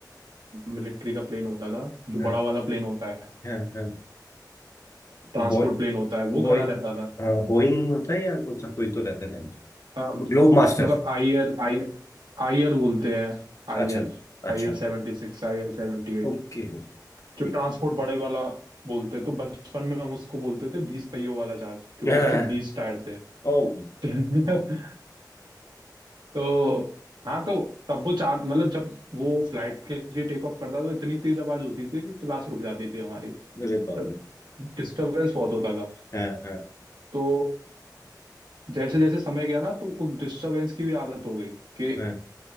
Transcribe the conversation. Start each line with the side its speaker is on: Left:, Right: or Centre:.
Right: मिलिट्री का प्लेन होता था जो
Left: हाँ
Right: बड़ा वाला प्लेन होता है
Left: हाँ हाँ, हाँ।
Right: ट्रांसपोर्ट
Left: Bye
Right: प्लेन होता है वो
Left: bye
Right: खड़ा रहता था
Left: हाँ बोइंग होता है या कौन सा कोई तो रहता है
Right: अ,
Left: Globe master
Right: मतलब I L I I L बोलते हैं I
Left: अच्छा
Right: L
Left: अच्छा
Right: I L seventy six I L seventy eight
Left: ओके ठीक
Right: जो ट्रांसपोर्ट बड़े वाला बोलते हैं तो बचपन में हम उसको बोलते थे बीस पहियों वाला जहाज क्योंकि
Left: हाँ,
Right: उसके बीस टायर थे
Left: ओ
Right: <laughs> तो हाँ तो तब वो चार मतलब जब वो फ्लाइट के लिए टेक ऑफ करता तो इतनी तेज आवाज होती थी कि क्लास रुक जाती थी हमारी
Left: अरे
Right: मतलब
Left: बाप रे
Right: डिस्टरबेंस बहुत होता था
Left: हाँ हाँ
Right: तो जैसे जैसे समय गया ना तो उस डिस्टरबेंस की भी आदत हो गई कि
Left: हाँ